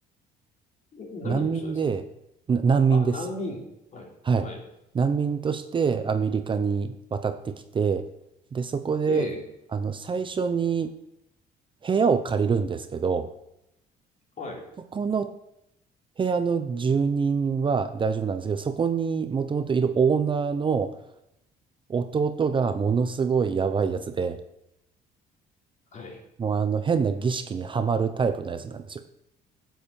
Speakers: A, on the left; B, on the right.
A: 何の人ですか
B: 難民で、な難民です。
A: あ、難民。はい、
B: はい。
A: はい。
B: 難民としてアメリカに渡ってきて、で、そこで、
A: ええ、
B: あの、最初に部屋を借りるんですけど、
A: はい、
B: そこの部屋の住人は大丈夫なんですけど、そこにもともといるオーナーの弟がものすごいやばいやつで、
A: はい。
B: もうあの変な儀式にはまるタイプのやつなんですよ。